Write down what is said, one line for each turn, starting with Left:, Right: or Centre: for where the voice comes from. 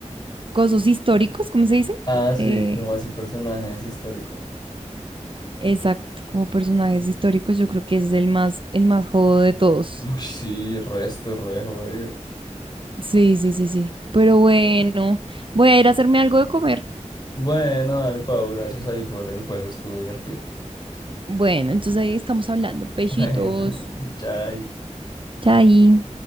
Right: cosas históricos, ¿cómo se dice?
Left: Ah, sí,
Right: Eh,
Left: como así personajes históricos.
Right: exacto, como personajes históricos, yo creo que ese es el más, el más jodo de todos.
Left: Uy, sí, resto, re jodido.
Right: Sí, sí, sí, sí. Pero bueno, voy a ir a hacerme algo de comer.
Left: Bueno, dale, Pau, gracias ahí por el juego, estuvo divertido. <laughs>
Right: Bueno, entonces ahí estamos hablando. Pechitos.
Left: Bueno, chai.
Right: Chai.